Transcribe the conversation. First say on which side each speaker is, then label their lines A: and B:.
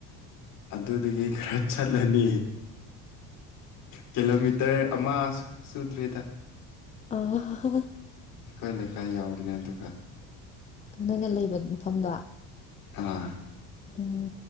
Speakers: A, on the left; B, on the left.
A: ꯑꯗꯨꯗꯒꯤ ꯈꯔ ꯆꯠꯂꯅꯤ ꯀꯤꯂꯣꯃꯤꯇꯔ ꯑꯃ ꯁꯨꯗ꯭ꯔꯦꯗ
B: <unintelligible>
A: ꯑꯩꯈꯣꯏ ꯂꯩꯀꯥꯏ ꯌꯥꯎꯕꯅꯦ ꯑꯗꯨꯒ
B: ꯅꯣꯏꯅ ꯂꯩꯕ ꯃꯐꯝꯗꯣ
A: ꯑꯥ
B: ꯎꯝ